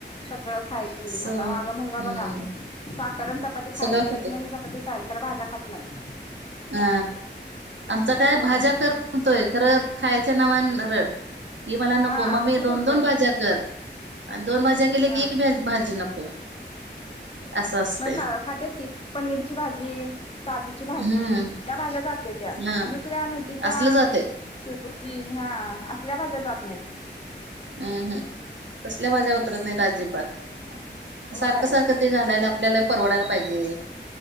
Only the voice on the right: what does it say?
सवय
हम्म.
सगळं
खाते
अ आमचा काय
भाज्या
कर म्हणतोय खरं खायच्या नावान रड कि मला
नको मग
मी दोन
दोन भाज्या कर. आणि दोन भाज्या केल्या
की एक भाजी नको. असं असते
हम्म
हा
असलं जाते
हम्म हम् तसल्या माझ्या उतरत नाहीत अजिबात
सारखं सारखं ते घालायला आपल्याला परवडायला पाहिजे.